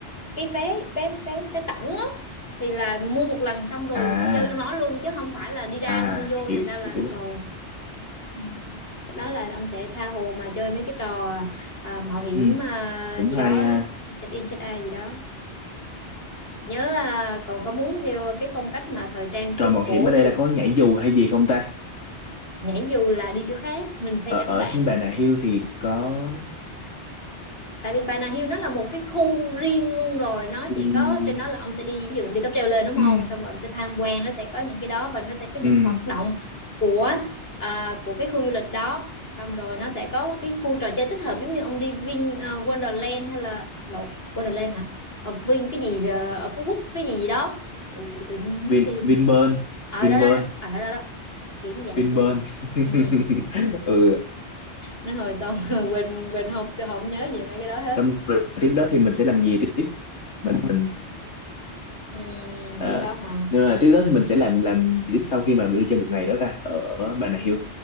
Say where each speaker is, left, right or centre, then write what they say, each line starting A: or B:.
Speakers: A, on the left; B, on the left.
A: cái vé vé vé vé tổng á thì là mua một lần xong rồi
B: à
A: chơi trong đó luôn chứ không phải là đi ra
B: à
A: xong đi vô
B: hiểu
A: thành ra là
B: hiểu.
A: ừ. Ừ. Lúc đó là ông sẽ tha hồ mà chơi mấy cái trò à, mạo hiểm
B: ừ.
A: à,
B: cũng
A: gì
B: hay
A: đó
B: ha
A: check in check out gì đó nhớ là còn có muốn theo cái phong cách mà thời trang
B: trò
A: trung
B: mạo
A: cổ
B: hiểm ở đây
A: gì
B: là
A: đó
B: có nhảy dù hay gì không ta
A: nhảy dù là đi chỗ khác mình sẽ
B: ở
A: dẫn
B: ở
A: bạn
B: trên Bà Nà Hills thì có
A: tại vì Bà Nà Hills nó là một cái khu riêng luôn rồi nó
B: đi
A: chỉ có trên đó là ông sẽ đi ví dụ em đi cáp treo lên đúng không
B: ừ
A: xong rồi em sẽ tham quan nó sẽ có những cái đó và nó sẽ có những
B: ừ
A: hoạt động của à, của cái khu du lịch đó xong rồi nó sẽ có cái khu trò chơi tích hợp giống như ông đi Vin à, Wonderland hay là lộn Wonderland hả ở Vin cái gì à, ở Phú Quốc cái gì gì đó Ủa, tự nhiên
B: Vin
A: mất tiêu
B: Vinpearl
A: ở
B: Vinpearl
A: đó đó đó. ở đó đó đó kiểu như vậy
B: Vinpearl
A: chơi
B: <laughs>
A: ừ.
B: ừ
A: nói hồi xong <laughs> quên quên học tôi không nhớ gì mấy cái đó hết
B: xong rồi tiếp đó thì mình sẽ làm gì tiếp mình mình
A: Ừm,
B: à,
A: tiếp đó hả?
B: nhưng mà tiếp đó thì mình sẽ làm làm gì tiếp sau khi mà mình đi chơi một ngày đó ta ở ở Bà Nà Hills